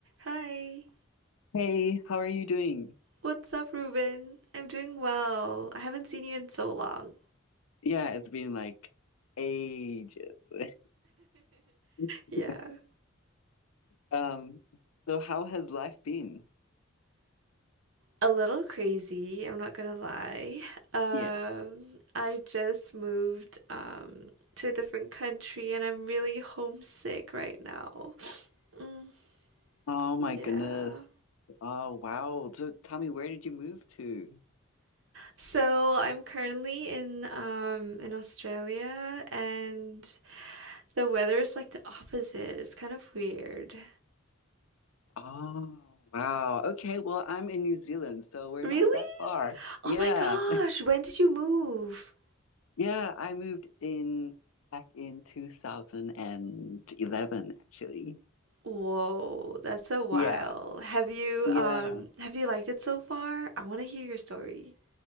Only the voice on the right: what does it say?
Hi,
what's up, Ruben? I'm doing well. I haven't seen you in so long.
Yeah.
A little crazy, I'm not gonna lie. Um,
I just moved um to a different country and I'm really homesick right now. Mm,
yeah.
So I'm currently in um in Australia and the weather is like the opposite. It's kind of weird.
Really?
Oh
my gosh, when did you move?
Whoa, that's a while.
Have you
um have you liked it so far? I want to hear your story.